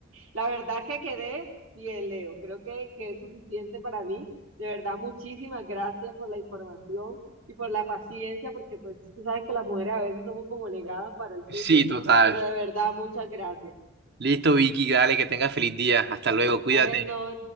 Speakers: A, on the right (about 90°); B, on the right (about 55°).
A: La verdad que quedé bien, Leo. Creo que, que es suficiente para mí. De verdad, muchísimas gracias por la información y por la paciencia, porque pues tú sabes que las mujeres a veces somos como negadas para el fútbol,
B: Sí, total.
A: pero de verdad, muchas gracias.
B: Listo, Vicky, dale, que tengas feliz día. Hasta luego, cuídate.
A: Bueno,